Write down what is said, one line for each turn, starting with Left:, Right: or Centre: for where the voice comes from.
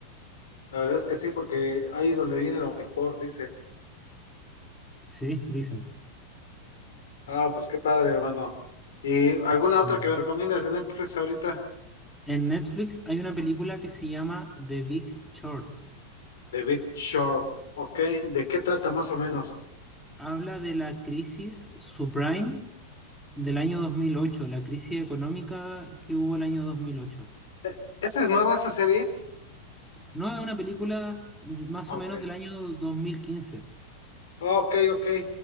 Left: La verdad es que sí, porque ahí es donde viene lo mejor, dice.
Centre: Sí, dicen.
Left: Ah, pues qué padre, hermano. ¿Y alguna
Centre: Sí.
Left: otra que me recomiendas de Netflix ahorita?
Centre: En Netflix hay una película que se llama The Big Short.
Left: The Big Short, ok. ¿De qué trata más o menos?
Centre: Habla de la crisis subprime del año dos mil ocho la crisis económica que hubo el año dos mil ocho
Left: Eh, ¿Esa es nueva, esa serie?
Centre: No es una película más
Left: Ok.
Centre: o menos del año dos mil quince
Left: Ok, ok.